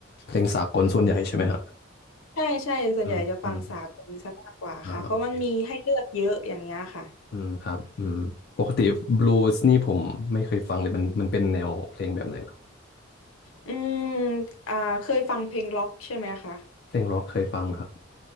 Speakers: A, on the left; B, on the left.
A: เพลงสากลส่วนใหญ่ใช่ไหมฮะ
B: ใช่ใช่ส่วนใหญ่จะฟังสากลซะมากกว่าค่ะเพราะมันมีให้เลือกเยอะอย่างเงี้ยค่ะ
A: อืมอืมอ่าโอเคอืมครับอืมปกติบลูส์นี่ผมไม่เคยฟังเลยมันมันเป็นแนวเพลงแบบไหนเหรอ
B: อืมอ่าเคยฟังเพลงร็อกใช่ไหมคะ
A: เพลงร็อกเคยฟังครับ